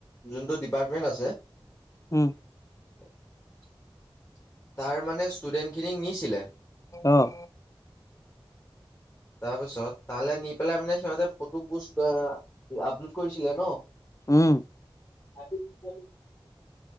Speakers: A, on the left; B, on the left.
A: যোনটো ডিপাৰ্টমেণ্ট আছে
B: উম।
A: <inaudible> তাৰ মানে ষ্টুডেণ্টখিনিক নিছিলে
B: অ'হ।
A: তাৰ পিছত তালে নি পেলাই মানে সিহঁতে ফটো পষ্ট আপলোড কৰিছিলে ন।
B: উম।
A: আি <unintelligible>